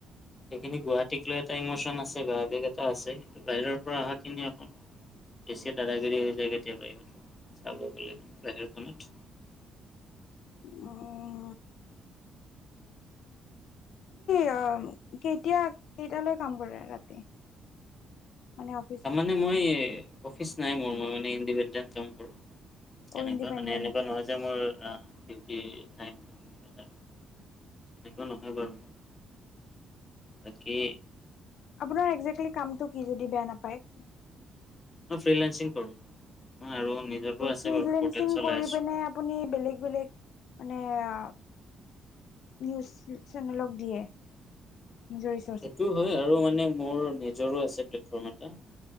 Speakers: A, on the left (about 25°); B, on the left (about 70°).
A: সেইখিনি গুৱাহাটীক লৈ এটা ইমচন আছে বা আবেগ এটা আছে। কিন্তু বাহিৰৰ পৰা অহা কিনি আকৌ বেছি দাদাগিৰি হৈ যায় কেতিয়াবা ইহঁতৰ চাব গলে মানে বাহিৰাখনত
B: অ। কাম কেতিয়া কেইটালৈ কাম কৰে ৰাতি মানে অফিচ
A: না মইয়ে অফিছ নাই মোৰ, মই মানে ইন্দিপেন্দেন কাম কৰোঁ।
B: অ
A: এনেকুৱা
B: ইণ্ডিপেণ্ডেণ্ট
A: মানে এনেকুৱা নহয় যে মোৰ আ ডিউটি নাই <unintelligible> এনেকুৱা নহয় বাৰু মোৰ। তাকে
B: আপোনাৰ একজেকেলি কামতো কি? যদি বেয়া নাপায়।
A: মই ফ্ৰে লাঞ্চিং কৰো আৰু নিজৰো আছে
B: ফ্ৰিলেন্সিং
A: বাৰু পৰ্টেল চলাই
B: কৰি
A: আছ-
B: পিনে আপুনি বেলেগ বেলেগ মানে আ নিউজ চেনেলক দিয়ে, নিজৰ ইচ্ছ-
A: সেইটোও হয় আৰু মানে মোৰ নিজৰো আছে প্লেটফৰ্ম এটা।